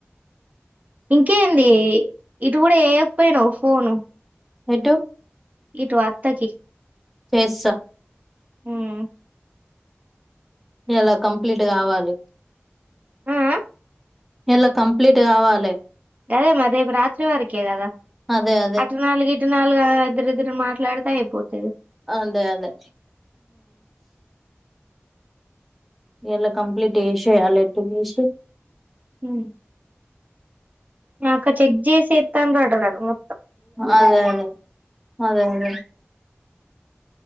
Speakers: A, on the right; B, in the centre.
A: ఇంకేంది ఇటు కూడా చేయక్పోయినవు ఫోను
B: ఎటు
A: ఇటు అత్తకి
B: చేస్త
A: మ్
B: ఇయాల కంప్లీట్ కావాలి.
A: ఆ ఆ
B: ఇయల కంప్లీట్ కావాలె
A: అదే మ రేపు రాత్రి వరికే కదా
B: అదే అదే
A: అటు నాలుగు ఇటు నలుగు ఆ ఇద్దరిద్దరు మాట్లాడ్ అయిపోతది.
B: అదే అదే ఇయల కంప్లీట్ చేసేయాలె ఎటు చేసి
A: హ మా అక్క చెక్ చేసి ఏత్తాంరట గద మొ
B: ఆ అదే అదే అదే అదే